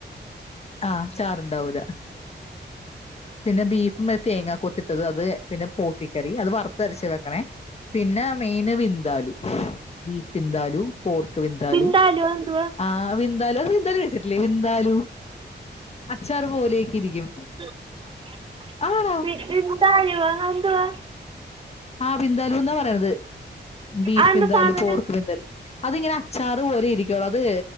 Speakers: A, on the left (about 35°); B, on the right (about 30°).
A: ആ ചാറുണ്ടാവൂല പിന്നെ ബീഫിമേൽ തേങ്ങകൊത്തി ഇട്ടത് അത് പിന്നെ പോട്ടിക്കറി അത് വറുത്തരച്ച് വെക്കണേ പിന്നെ മൈൻ വിന്താലു ബീഫ് വിന്താലു പോർക്ക് വിന്താലു
B: ബിന്ദാലുവോ എന്തുവാ
A: ആ വിന്താലു അത് വിന്താലുകഴിച്ചിട്ടില്ലേ വിന്താലു അച്ചാറ് പോലെയൊക്കെ ഇരിക്കും
B: <unintelligible>
A: ആണോ
B: ബിന്താലുവൊ അതെന്തുവാ
A: ആ ബിന്ദാലുന്നാ പറയണത് ബീഫ്
B: അതെന്താ
A: വിന്താലു
B: സാധനം
A: പോർക്ക് വിന്താലു അതിങ്ങനെ അച്ചാറ് പോലെ ഇരിക്കുള്ളു അത്